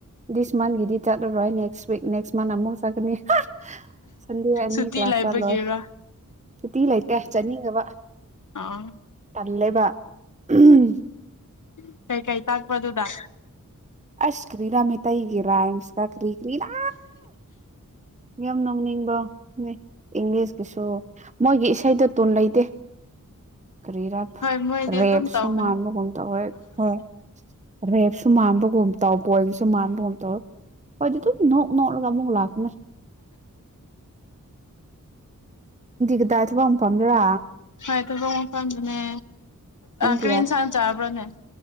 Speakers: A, on the right; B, on the left.
A: ꯗꯤꯁ ꯃꯟꯠꯒꯤꯗꯤ ꯆꯠꯂꯔꯣꯏ ꯅꯦꯛꯁ ꯋꯤꯛ ꯅꯦꯛꯁ ꯃꯟꯠ ꯑꯃꯨꯐꯛ ꯆꯠꯀꯅꯤ ꯁꯟꯗꯦ ꯑꯅꯤ
B: ꯁꯨꯇꯤ
A: ꯀ꯭ꯂꯥꯁ
B: ꯂꯩꯕꯒꯤꯔꯣ
A: ꯆꯠꯂꯣꯏ ꯁꯨꯇꯤ ꯂꯩꯇꯦ ꯆꯠꯅꯤꯡꯉꯕ
B: ꯑꯥ
A: ꯇꯜꯂꯦꯕ ꯎꯝ
B: ꯎ ꯀꯩꯀꯩ ꯇꯥꯛꯄꯗꯨꯗ
A: ꯑꯁ ꯀ꯭ꯔꯤ ꯔꯃꯤ ꯇꯩꯒꯤꯔꯥꯥꯏꯝꯁ ꯀꯥ ꯀꯔꯤ ꯀꯔꯤꯔ ꯌꯝꯅ ꯅꯤꯡꯕ ꯏꯪꯂꯤꯁꯀꯤꯁꯨ ꯃꯣꯏꯒꯤ ꯏꯁꯩꯗ ꯇꯨ ꯂꯩꯇꯦ ꯀꯔꯤꯔ
B: ꯍꯣꯏ ꯃꯣꯏꯗꯤ
A: ꯔꯦꯞꯁꯨ
B: ꯑꯗꯨꯝ ꯇꯧꯕꯅꯦ
A: ꯃꯥꯟꯕꯒꯨꯝ ꯇꯧꯋꯦ ꯍꯣꯏ ꯔꯦꯞꯁꯨ ꯃꯥꯟꯕꯒꯨꯝ ꯇꯧ ꯄꯣꯏꯟꯁꯨ ꯃꯥꯟꯕꯒꯨꯝ ꯇꯣ ꯍꯣꯏꯗꯤ ꯑꯗꯨꯝ ꯅꯣꯛ ꯅꯣꯛꯂꯒ ꯑꯃꯨꯛ ꯂꯥꯛꯀꯅꯦ ꯀꯗꯥꯏ ꯊꯕꯛ ꯃꯐꯝꯗꯔꯥ
B: ꯍꯣꯏ ꯊꯕꯣꯛ ꯃꯐꯝꯗꯨꯅꯦ
A: ꯄꯨꯡ
B: ꯀꯔꯤ
A: ꯀꯌꯥ
B: ꯑꯦꯟꯁꯥꯡ ꯆꯥꯕ꯭ꯔꯥꯅꯦ